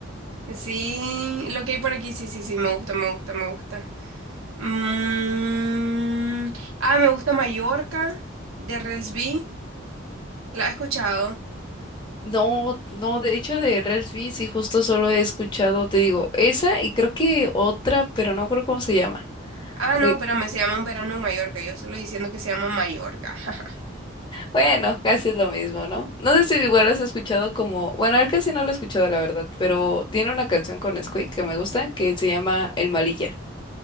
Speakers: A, on the right; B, on the left.
A: Sí, lo que hay por aquí, sí, sí, sí, me gusta, me gusta, me gusta. Mm, ah, me gusta Mallorca, de Relsby. ¿La has escuchado?
B: No, no, de hecho de Reels B, sí, justo solo he escuchado, te digo, esa y creo que otra, pero no creo cómo se llama.
A: Ah,
B: Sí.
A: no, espérame, se llama Un verano en Mallorca. Yo solo diciendo que se llama Mallorca. <laughs>
B: Bueno, casi es lo mismo, ¿no? No sé si igual has escuchado como, bueno, él casi no lo he escuchado, la verdad, pero tiene una canción con Squeak que me gusta que se llama El Malilla.